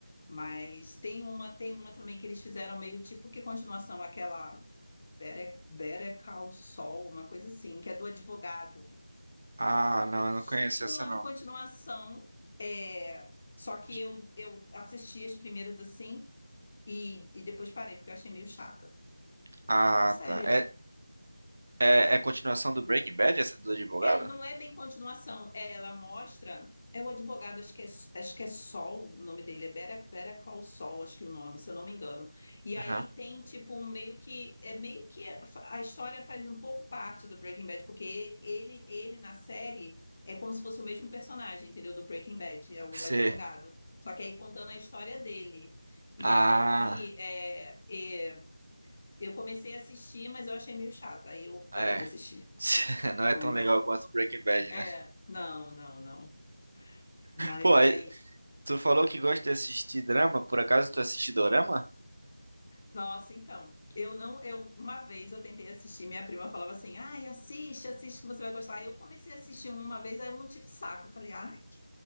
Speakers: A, on the left; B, on the right.
A: Mas tem uma, tem uma também que eles fizeram meio tipo que continuação, aquela Better, Better Call Saul, uma coisa assim, que é do advogado.
B: Ah, não,
A: É tipo
B: eu não conheço essa
A: uma
B: não.
A: continuação, é, só que
B: De-
A: eu, eu assisti as primeiras assim e, e depois parei, porque eu achei meio chata.
B: Ah,
A: Sério,
B: tá. É, é, é continuação do Breaking Bad, essa do advogado?
A: É, não é bem continuação. É, ela mostra. É o advogado, acho que é, acho que é Sol, o nome dele é Better, Better Call Sol, acho que é o nome, se eu não me engano. E
B: Aham.
A: aí tem tipo um meio que é meio que a história faz um pouco parte do Breaking Bad, porque ele ele na série é como se fosse o mesmo personagem, entendeu? Do Breaking Bad, é o
B: C.
A: advogado. Só que aí contando a história dele. E
B: Ah,
A: aí é, é, eu comecei a assistir, mas eu achei meio chato. Aí eu
B: é.
A: parei de assistir.
B: <laughs> Não
A: Mas
B: é tão legal quanto Breaking Bad,
A: é,
B: né?
A: não, não, não. Mas
B: Pô, aí,
A: aí,
B: tu falou que gosta de assistir drama, por acaso tu assiste dorama?
A: nossa, então, eu não, eu uma vez eu tentei assistir, minha prima falava assim: "Ai, assiste, assiste que você vai gostar". Aí eu comecei a assistir uma vez, aí eu não tive saco. Eu falei: "Ai,